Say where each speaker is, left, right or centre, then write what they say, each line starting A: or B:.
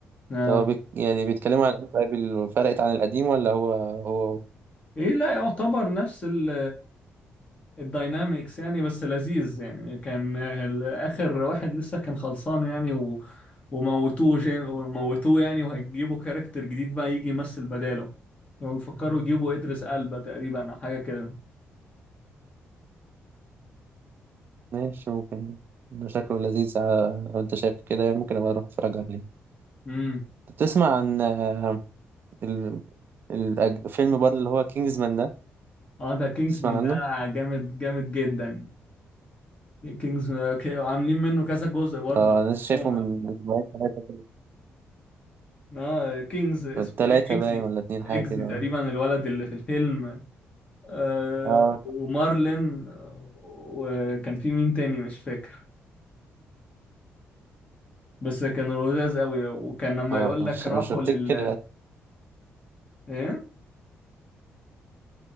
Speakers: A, on the left; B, on the right.
A: آه.
B: طب هو بيك يعني بيتكلموا عن إيه طيب ال- فرقت عن القديم ولا هو هو
A: ايه لا يعتبر نفس ال الداينامكس يعني بس لذيذ يعني كان ال- اخر واحد لسه كان خلصان يعني و... وموتوه جي... وموتوه يعني وهيجيبوا كاركتر جديد بقى يجي يمثل بداله ويفكروا يجيبوا ادريس البا تقريبا او حاجه كده
B: ماشي ممكن ده شكله لذيذ آه، لو أنت شايف كده يعني ممكن أبقى أروح أتفرج عليه
A: امم
B: طب تسمع عن آه، ال- ال- الفيلم برضه اللي هو كينجزمان ده
A: اه ده كينجزمان
B: تسمع عنه؟
A: ده جامد جامد جدا كينجز عاملين منه كذا جزء برضه
B: اه
A: أنا
B: انا
A: بحبهم
B: لسه شايفه من اسبوعين ثلاثة كده
A: اه كينجز اسمه
B: ثلاثة
A: ايه اكزي
B: باين ولا اتنين
A: اكزي
B: حاجة كده
A: تقريبا الولد اللي في الفيلم آه
B: اه اه
A: ومارلين آه، وكان في مين تاني مش فاكر بس كانوا لذاذ قوي وكان لما
B: اه
A: يقول
B: مش
A: لك راحوا
B: مش بفتكر
A: لل ايه